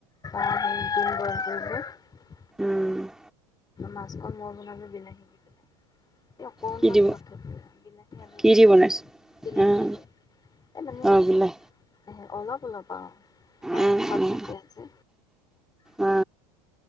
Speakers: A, on the left (about 25°); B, in the centre.
A: <unintelligible>
B: উম
A: মাছখন মই বনালো বিলাহী দি পিনে এই অকণমান
B: কি দি
A: থপ বিলাহী আলি
B: কি
A: দি পনে
B: বনাইছে
A: বিলাহী
B: উম
A: আলি এই মানে
B: অ বোলে
A: <unintelligible> অলপ অলপ অ
B: উম
A: ঠপ
B: উম
A: ঠপিয়া জে,
B: অ